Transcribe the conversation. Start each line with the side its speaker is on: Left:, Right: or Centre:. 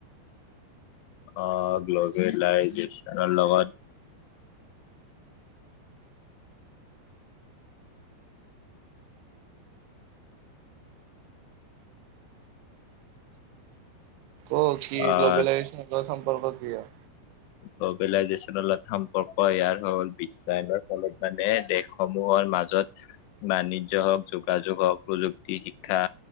Left: অ' গ্ল'বেল লাইচেন্সৰ লগত।
Right: ক' কি
Left: অ'
Right: গ্ল'বেল লাইচেন্সৰ সম্পৰ্ক কি হয়?
Left: গ্ল'বেল লাইচেন্সত সম্পৰ্ক ইয়াৰ হ'ল বিশ্বয়ানৰ ফলত মানে দেশসমূহত মাজত বাণিজ্য হওঁক যোগাযোগ, হওঁক প্ৰযুক্তি, শিক্ষা।